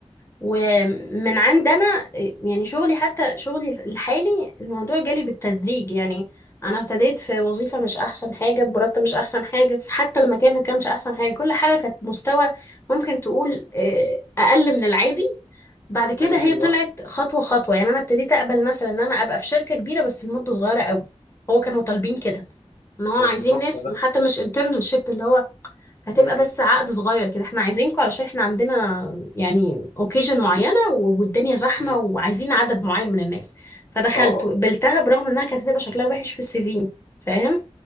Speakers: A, on the left; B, on the left.
A: ومن عندنا يعني شغلي حتى شغلي الحالي الموضوع جالي بالتدريج يعني انا ابتديت في وظيفة مش احسن حاجة بمرتب مش احسن حاجة في حتى المكان ما كانش احسن حاجة كل حاجة كانت مستوى ممكن تقول آه، اقل من العادي بعد كده
B: اكيد
A: هي طلعت
B: اه
A: خطوة خطوة يعني انا ابتديت اقبل مثلا ان انا ابقى في شركة كبيرة بس لمدة صغيرة قوي هو كانوا طالبين كده ان هو
B: طب
A: عايزين
B: ده صح
A: ناس
B: ده
A: حتى مش internship اللي هو هتبقى
B: م- م-
A: بس عقد صغير كده احنا عايزينكم علشان احنا عندنا يعني اوكيجن معينة و- والدنيا زحمة
B: م.
A: وعايزين عدد معين من الناس فدخلت
B: اه اه
A: وقبلتها برغم انها كانت هتبقى شكلها وحش في السي في فاهم